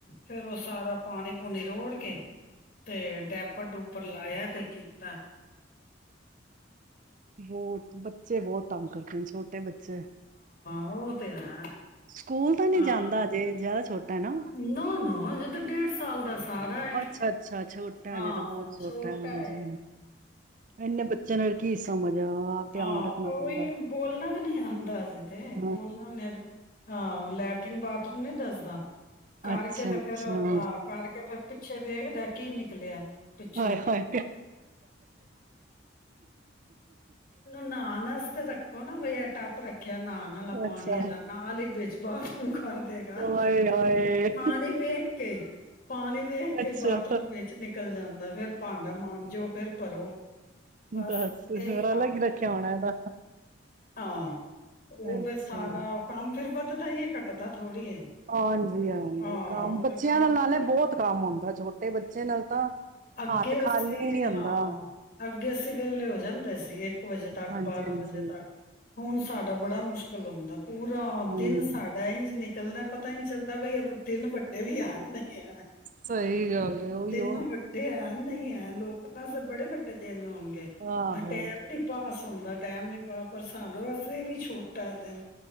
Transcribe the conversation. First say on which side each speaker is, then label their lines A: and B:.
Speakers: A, on the left (about 45°); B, on the right (about 45°).
A: ਫੇਰ ਉਹ ਸਾਰਾ ਪਾਣੀ ਪੂਣੀ ਰੋੜ ਕੇ ਤੇ ਡੈਪਰ ਡੁਪਰ ਲਾਇਆ ਤੇ ਕੀਤਾ।
B: ਬਹੁਤ ਬੱਚੇ ਬਹੁਤ ਤੰਗ ਕਰਦੇ ਛੋਟੇ ਬੱਚੇ
A: ਓ ਤੇ ਹੈ।
B: ਸਕੂਲ ਤਾਂ ਨਹੀਂ
A: ਹਾਂ
B: ਜਾਂਦਾ ਹਜੇ ਜ਼ਿਆਦਾ ਛੋਟਾ ਨਾ।
A: ਨਾ ਨਾ ਅਜੇ ਡੇਢ ਸਾਲ ਦਾ ਸਾਰਾ ਹੈ
B: ਅੱਛਾ ਅੱਛਾ ਛੋਟਾ
A: ਹਾਂ
B: ਜੇ ਤਾਂ ਬਹੁਤ ਛੋਟਾ ਹਾਂਜੀ
A: ਹੈ
B: ਇੰਨੇ ਬੱਚਿਆਂ ਨੂੰ ਕੀ ਸਮਝ ਆ ਆਪ ਧਿਆਨ
A: ਹਾਂ
B: ਰੱਖਣਾ
A: ਉਹੀ
B: ਪੈਂਦਾ
A: ਬੋਲਣਾ ਵੀ ਨੀ ਆਦਾ ਅਜੇ ਤੇ
B: ਹਾਂ
A: ਬੋਲਣਾ ਵੀ ਨਹੀਂ ਹਾਂ। ਲੈ ਟਰਿੰਗ ਬਾਥਰੂਮ ਨਹੀ ਦੱਸਦਾ। ਕਰਕੇ
B: ਅੱਛਾ
A: ਤੇ
B: ਅੱਛਾ
A: ਫੇਰ ਆਹ ਕਰਕੇ ਫੇਰ ਪਿੱਛੇ ਵੇਖ ਦਾ ਕੀ ਨਿਕਲਿਆ। ਪਿੱਛੋਂ
B: ਆਏ ਹਾਏ
A: ਨਾਹਨ ਵਾਸਤੇ ਰੱਖ ਕਹੋ ਨਾ ਬਈ ਇਹ ਟੱਪ ਰੱਖਿਆ ਨਾਹਣ ਆਲਾ ਪਾਣੀ
B: ਅੱਛਾ
A: ਵਾਲਾ ਨਾਲ ਹੀ ਵਿੱਚ ਬਾਥਰੂਮ ਕਰ ਦੇਗਾ।
B: ਹਾਏ ਹਾਏ
A: ਪਾਣੀ ਵੇਖ ਕੇ ਪਾਣੀ ਵੇਖ ਕੇ
B: ਅੱਛਾ
A: ਬਾਥਰੂਮ ਵਿੱਚ ਨਿਕਲ ਜਾਂਦਾ ਫੇਰ ਭਾਂਡਾ ਮਾਂਜਓ ਫੇਰ ਭਰੋ। ਬਸ
B: ਦਸ
A: ਇਹੀ
B: ਫੇਰ ਅਲੱਗ ਹੀ ਰਖਿਆ ਉਣਾ ਇਹਦਾ।
A: ਆ ਉਹ
B: ਅੱਛਾ
A: ਫੇਰ ਸਾਰਾ ਕੰਮ ਫਿਰ ਵੱਧਦਾ ਹੀ ਹੈ ਘੱਟਦਾ ਥੋੜ੍ਹੀ ਹੈ
B: ਹਾਂਜੀ ਹਾਂਜੀ
A: ਹਾਂ
B: ਕੰਮ
A: ਉਹ
B: ਬੱਚਿਆਂ
A: ਫਿਰ ਕੰਮ
B: ਨਾਲ
A: ਹੋਰ।
B: ਨਾਲੇ ਬਹੁਤ ਕੰਮ ਆਉਂਦਾ ਛੋਟੇ ਬੱਚੇ ਨਾਲ ਤਾਂ
A: ਅੱਗੇ
B: ਹੱਥ ਖਾਲੀ
A: ਅਸੀਂ
B: ਨੀ ਹੁੰਦਾ
A: ਹਾਂ ਏਸੀ ਵੇਲੇ ਹੋ ਜਾਣਦਾ ਸੀ। ਇੱਕ ਵਜੇ ਤੱਕ
B: ਹਾਂਜੀ
A: ਬਾਰਾਂ
B: ਹਾਂਜੀ
A: ਵਜੇ ਤੱਕ ਹੁਣ ਸਾਡਾ ਬੜਾ ਮੁਸ਼ਕਿਲ ਹੁੰਦਾ ਪੂਰਾ
B: ਹਮ
A: ਦਿਨ ਸਾਡਾ ਇੰਝ ਨਿਕਲਦਾ ਪਤਾ ਹੀ ਨਹੀਂ ਚੱਲਦਾ ਬਈ ਦਿਨ ਵੱਡੇ ਵੀ ਐਨੇ ਹੈ
B: ਸਹੀ ਗੱਲ ਏ ਉਹੀਓ
A: ਦਿਨ ਵੱਡੇ ਐ ਨਹੀਂ ਹੈ। ਲੋਕਾਂ ਵਾਸਤੇ ਬੜੇ ਵੱਡੇ ਦਿਨ ਐ। ਹੋਣਗੇ
B: ਆਹੋ
A: ਟੈਮ ਨੀ ਪਾਸ ਹੁੰਦਾ ਟਾਈਮ ਨਹੀਂ ਪਾਸ ਪਰ ਸਾਨੂੰ ਵਾਸਤੇ ਵੀ ਛੋਟਾ ਦਿਨ